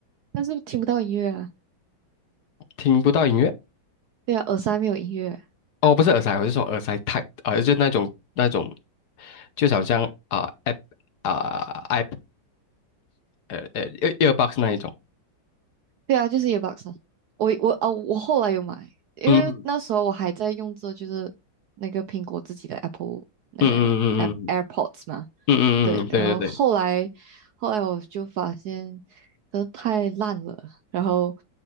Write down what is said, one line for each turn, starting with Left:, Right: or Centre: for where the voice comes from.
Right: 但是听不到音乐啊，
Left: 听不到音乐。
Right: 对啊，耳塞没有音乐，
Left: 哦，不是耳塞，我是说耳塞 type 啊、就那种那种，就好像啊、app 啊、app 呃呃 e a r e a r b o x 那一种。
Right: 对啊，就是 earbuds 啊。我我哦，我后来有买，因为那时候我还在用着就是那个苹果自己的
Left: 嗯嗯
Right: Apple 那个
Left: 嗯嗯嗯
Right: Air AirPods 嘛。
Left: 嗯嗯，，
Right: 对，
Left: 对对对，
Right: 然后后来后来我就发现真的太烂了，然后